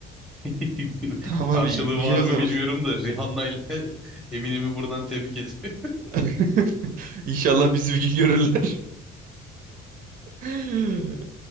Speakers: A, in the centre; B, on the right.
A: <laughs>
B: Tamam
A: karşılığı
B: abi
A: var
B: iyi o
A: mı
B: zaman.
A: bilmiyorum da Rihanna ile <laughs> Eminem'i buradan tebrik ediyorum.
B: <laughs> İnşallah bizi bir gün görürler. <laughs>